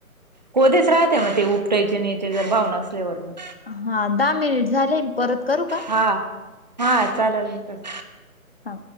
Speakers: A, on the right; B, on the left.
A: कोधेच राहते मग ते उपटायचे न याचे जर भाव नसल्यावर मग.
B: हा दहा मिनिट झाले परत करू का?
A: हा हा चालेल म कर.
B: हा.